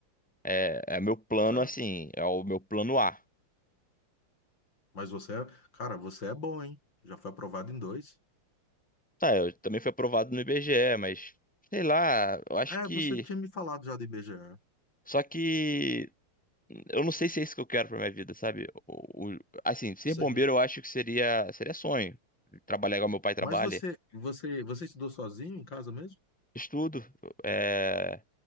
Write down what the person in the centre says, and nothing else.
É, é meu plano,
assim, é o meu plano A.
Tá, eu também fui aprovado no IBGE, mas sei lá, eu acho
que.
Só que eu não sei se é isso que eu quero pra minha vida, sabe? O, o- assim, ser
bombeiro eu acho que seria, seria sonho. Trabalhar igual meu pai trabalha.
Estudo. é,